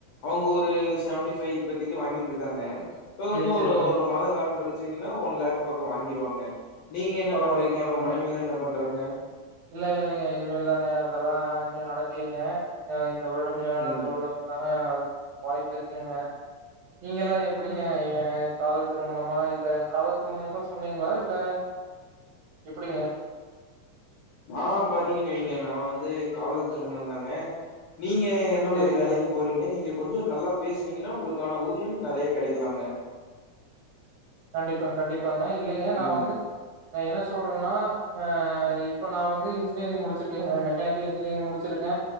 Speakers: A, on the left; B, on the right.
A: அவுங்க ஒரு செவன்டி ஃபைவ் இப்பத்திக்கு வாங்கிட்டு இருக்காங்க இப்போ
B: சேரி
A: இன்னு
B: சேரிங்க
A: ஒரு ஒரு மாதோ காலங் கழிச்சீங்கன்னா ஒன் லேக் பக்கோ வாங்கிருவாங்க நீங்க என்ன
B: பரவால்ல
A: பண்றீங்க
B: பரவால்லைங்க
A: உங்க மனைவிலா என்ன பண்றாங்க
B: இல்ல இல்லங்க இனிமேல் தாங்க அதெல்லா இன்னு நடக்கலீங்க ஆ இந்த வருடம் குள்ள நடத்த
A: ம்
B: <unintelligible> தாங்க வாய்ப்பு இருக்குங்க நீங்கள்லா எப்டிங்க ஏ காதல் திருமணமா இல்ல காதல் திருமணம் தா சொன்னீங்களா இல்ல எப்படிங்க
A: நா பாத்தீங்கன்னு வைங்க நா வந்து காதல் திருமணம் தாங்க நீங்க என்ன
B: சேரிங்க
A: மாரி வேலைக்கு போறீங்க நீங்க கொஞ்ச நல்லா பேசுனீங்கன்னா உங்களுக்கான ஊதிய நெறைய கெடைக்கலாங்க
B: கண்டிப்பாங்க கண்டிப்பாங்க இல்லைங்க நா
A: ம்
B: வந்து நா என்ன சொல்றேன்னா ஆ இப்ப நா வந்து இன்ஜினியரிங் முடிச்சிருக்கேங்க மெக்கானிக்கல் இன்ஜினியரிங் முடிச்சிருக்க